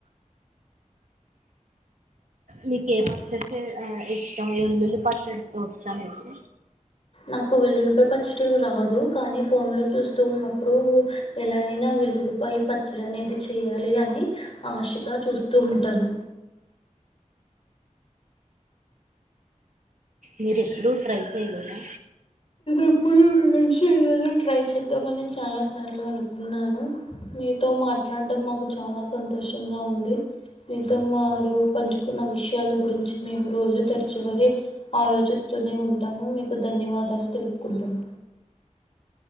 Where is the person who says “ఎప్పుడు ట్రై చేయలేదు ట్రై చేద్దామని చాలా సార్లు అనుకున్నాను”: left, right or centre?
Left